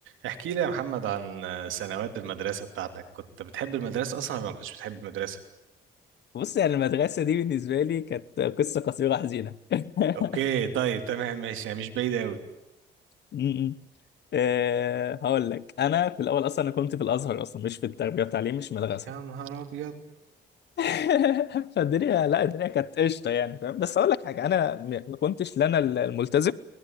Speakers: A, on the right; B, on the left.
A: احكي لي يا محمد عن سنوات المدرسة بتاعتك كنت بتحب المدرسة أصلا ولا ما كنتش بتحب المدرسة؟
B: بص يعني المدرسة دي بالنسبة لي كانت قصة قصيرة حزينة <laughs>
A: أوكي طيب تمام ماشي يعني مش بعيد أوي
B: م- م. أه هقول لك أنا في الأول أصلا أنا كنت في الأزهر أصلا مش في التربية والتعليم مش مدرسة
A: يا نهار أبيض
B: <laughs> فالدنيا لا الدنيا كانت قشطة يعني فاهم بس هقول لك حاجة أنا م- ما كنتش لا أنا الملتزم